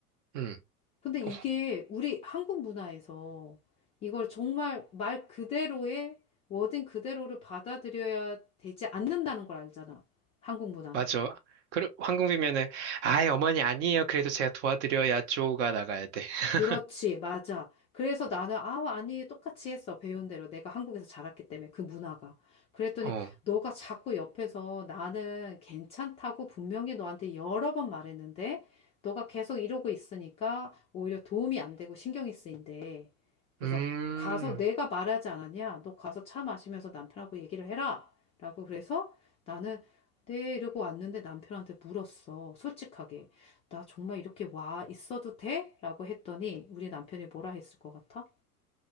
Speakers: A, on the right; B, on the left.
A: 응,
B: 근데 이게
A: 어,
B: 우리 한국 문화에서 이걸 정말 말 그대로의 워딩 그대로를 받아들여야 되지 않는다는 걸 알잖아. 한국 문화는.
A: 맞아. 그래, 황금비면은, 아이, 어머니 아니에요. 그래도 제가 도와드려야 쪼가 나가야 돼. <laughs>
B: 그렇지, 맞아. 그래서 나는, 아, 아니, 똑같이 했어. 배운 대로. 내가 한국에서 자랐기 때문에, 그 문화가. 그랬더니,
A: 어,
B: 너가 자꾸 옆에서 나는 괜찮다고 분명히 너한테 여러 번 말했는데, 너가 계속 이러고 있으니까 오히려 도움이 안 되고 신경이 쓰인대. 그래서
A: 음,
B: 가서 내가 말하지 않았냐? 너 가서 차 마시면서 남편하고 얘기를 해라. 라고 그래서 나는, 네, 이러고 왔는데 남편한테 물었어. 솔직하게. 나 정말 이렇게 와 있어도 돼? 라고 했더니 우리 남편이 뭐라 했을 것 같아?